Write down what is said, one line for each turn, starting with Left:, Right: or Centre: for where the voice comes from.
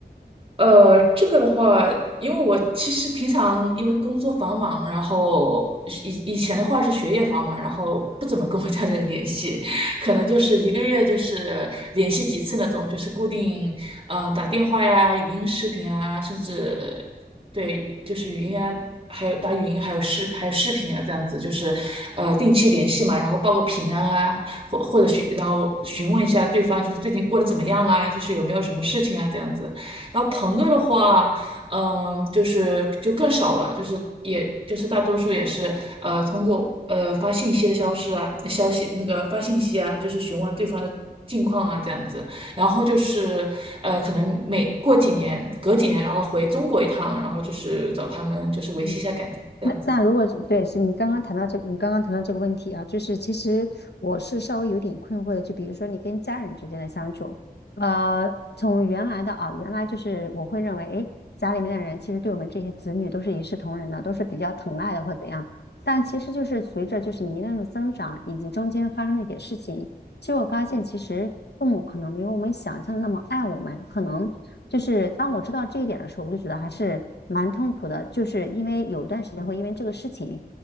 Right: 呃，这个的话，因为我其实平常因为工作繁忙，然后以以前的话是学业繁忙，然后不怎么跟我家里人联系，<laughs> 可能就是一个月就是联系几次那种，就是固定，嗯、打电话呀、语音、视频啊，甚至对，就是语音啊，还有打语音，还有视还有视频啊，这样子就是，呃，定期联系嘛，然后报个平安啊，或或者询然后询问一下对方就是最近过得怎么样啊，就是有没有什么事情啊，这样子。然后朋友的话，嗯，就是就更少了，就是也就是大多数也是呃通过呃发信息的消失啊，消息那个发信息啊，就是询问对方的近况啊这样子。然后就是呃可能每过几年隔几年，然后回中国一趟，然后就是找他们就是维系一下感情这样子。
Left: 嗯。那那如果对，是你刚刚谈到这，你刚刚谈到这个问题啊，就是其实我是稍微有点困惑的，就比如说你跟家人之间的相处，呃，从原来的啊，原来就是我会认为，诶，家里面的人其实对我们这些子女都是一视同仁的，都是比较疼爱的或怎样，但其实就是随着就是年龄的增长以及中间发生的一些事情。其实我发现，其实父母可能没有我们想象的那么爱我们。可能就是当我知道这一点的时候，我就觉得还是蛮痛苦的。就是因为有一段时间会因为这个事情，